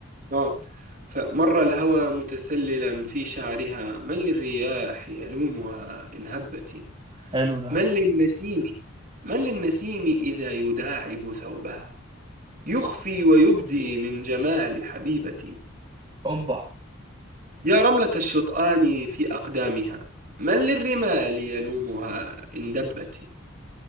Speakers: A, on the right (about 40°); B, on the right (about 25°).
A: آه فمر الهوى متسللا في شعرها من للرياح يلومها إن هبت
B: حلو ده
A: من للنسيم من للنسيم إذا يداعب ثوبها يخفي ويبدي من جمال حبيبتي
B: اوبا
A: يا رملة الشطآن في أقدامها من للرمال يلومها إن دبت